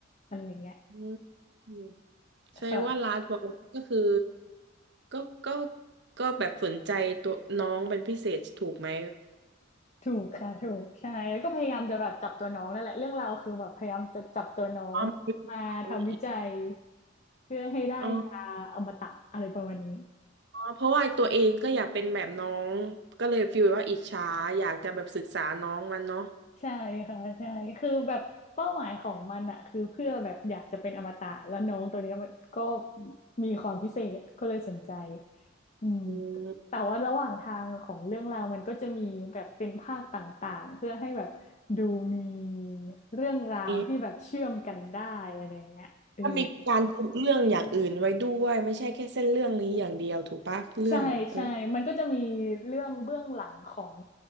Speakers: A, on the left; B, on the right.
A: อะไรอย่างเงี้ย
B: มอืมใช่ว่าลาสบอลก็คือ
A: ค่ะ
B: ก็ก็ก็แบบสนใจตัวน้องเป็นพิเศษถูกไหม
A: ถูกค่ะถูกใช่แล้วก็พยายามจะแบบจับตัวน้องนั่นแหละเรื่องราวคือแบบพยายามจะจับตัวน้องมาทำวิจัย
B: อ๋อมันเป็นฟิลนั้น
A: เพื่อให้ได้ยาอมตะอะไรประมาณนี้
B: อ๋อเพราะว่าตัวเองก็อยากเป็นแบบน้องก็เลยฟีลว่าอิจฉาอยากจะแบบศึกษาน้องมันเนาะ
A: ใช่ค่ะใช่คือแบบเป้าหมายของมันอะคือเพื่อแบบอยากจะเป็นอมตะแล้วน้องตัวเนี้ยมันก็มีความพิเศษก็เลยสนใจอืม
B: อืม
A: แต่ว่าระหว่างทางของเรื่องราวมันก็จะมีแบบเป็นภาคต่างๆเพื่อให้แบบดูมีเรื่องราวที่แบบเชื่อมกันได้อะไรเงี้ยเออ
B: เอะถ้ามีการผูกเรื่องอย่างอื่นไว้ด้วยไม่ใช่แค่เส้นเรื่องนี้อย่างเดียวถูกปะเรื่องแบบเออ
A: ใช่ใช่มันก็จะมีเรื่องเบื้องหลังของ